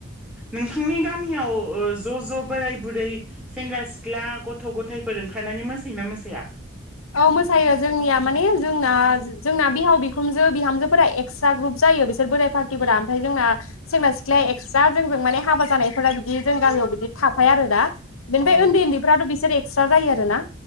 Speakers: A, in the centre; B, on the left.
A: नोंथांनि गामियाव ज' ज' बोराय बुरै सेंग्रा सिख्ला गथ' गथायफोर ओंखारनानै मोसायोना मोसाया
B: औ मोसायो जोंनिया माने जोंना जोंना बिहाव बिखुनजो बिहामजोफोरा एक्सट्रा ग्रुप जायो बिसोर बोराइ फाखिफोरा ओमफ्राय जोंना सेंग्रा
A: औ
B: सिख्लााया एक्सट्रा जोंजों माने हाबा जानायफोरा बिदि जों गामियाव बिदि थाफायो आरो दा
A: औ
B: बेनिफ्राय उन्दै उन्दैफ्राथ' बिसोर एक्सट्रा जायो आरो ना